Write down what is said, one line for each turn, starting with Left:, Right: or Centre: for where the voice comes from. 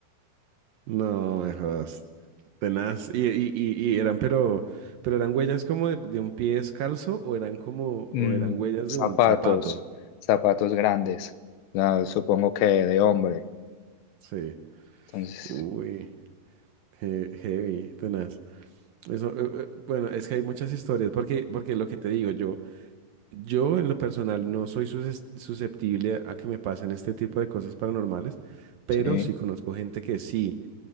Right: no, mejor. Tenaz, y, y, y, y eran, pero, pero eran huellas como de, de un pie descalzo o eran como, o
Left: Mm,
Right: eran huellas
Left: zapatos,
Right: de un zapato.
Left: zapatos grandes, ah, supongo que de hombre.
Right: Sí.
Left: Entonces,
Right: Uy, he- heavy, tenaz. Eso, eh, eh, bueno, es que hay muchas historias, porque, porque lo que te digo, yo, yo en lo personal no soy sus- susceptible a que me pasen este tipo de cosas paranormales, pero
Left: sí,
Right: sí conozco gente que sí,